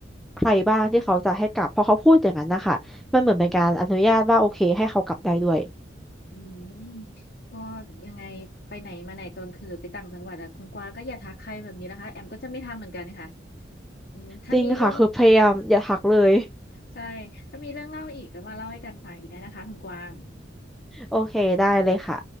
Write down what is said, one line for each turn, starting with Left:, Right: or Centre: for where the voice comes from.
Centre: ใครบ้างที่เขาจะให้กลับพอเขาพูดอย่างนั้นนะคะมันเหมือนเป็นการอนุญาตว่าโอเคให้เขากลับได้ด้วย
Left: อืมก็ยังไงไปไหนมาไหนตอนคืนหรือไปต่างจังหวัดอะคุณกวางก็อย่าทักใครแบบนี้นะคะแอมก็จะไม่ทำเหมือนกันค่ะอืมถ้ามีเรื่อง
Centre: จริงค่ะคือพยายามอย่าหักเลย
Left: ใช่ ถ้ามีเรื่องเล่าอีกก็มาเล่าให้กันฟังอีกได้นะคะคุณกวาง
Centre: โอเคได้เลยค่ะ